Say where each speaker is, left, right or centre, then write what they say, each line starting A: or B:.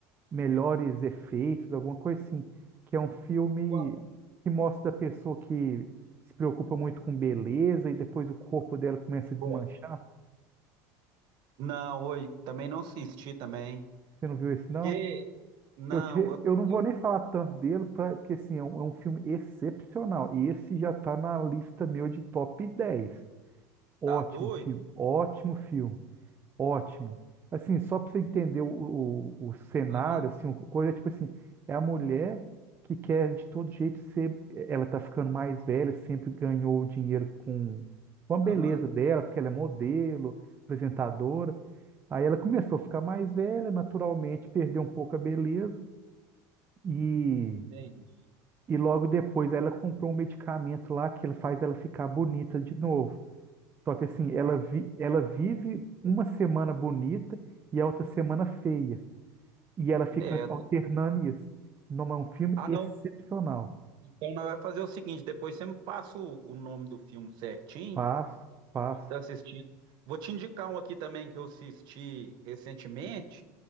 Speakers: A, on the right; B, on the right.
A: melhores
B: Uhum.
A: efeitos, alguma coisa assim, que é um filme
B: Qual?
A: que mostra a pessoa que se preocupa muito com beleza e depois o corpo dela começa
B: Boa.
A: a desmanchar.
B: Não, hoje também não assisti também.
A: Você não viu esse, não?
B: Que não,
A: Eu, te-
B: eu,
A: eu não
B: eu-
A: vou nem falar tanto dele, pra- porque assim, é um, é um filme excepcional. E esse já está na lista meu de top dez Ótimo
B: tá doido?
A: filme, ótimo filme. Ótimo. Assim, só para você entender o, o, o cenário,
B: Aham,
A: assim, o coisa é tipo assim, é a mulher que quer de todo jeito ser, ela tá ficando mais velha, sempre ganhou o dinheiro com, com a beleza
B: aham,
A: dela, porque ela é modelo, apresentadora. Aí ela começou a ficar mais velha, naturalmente perdeu um pouco a beleza e,
B: entendi.
A: e logo depois ela comprou um medicamento lá que ele faz ela ficar bonita de novo. Só que assim,
B: Uau.
A: ela, vi- ela vive uma semana bonita e a outra semana feia. E ela fica
B: Credo.
A: alternando isso. Não é um filme
B: Ah,
A: excepcional.
B: não. Então nós vamos fazer o seguinte, depois você me passa o, o nome do filme certinho.
A: Passo, passo.
B: E tá assistindo. Vou te indicar um aqui também que eu assisti recentemente.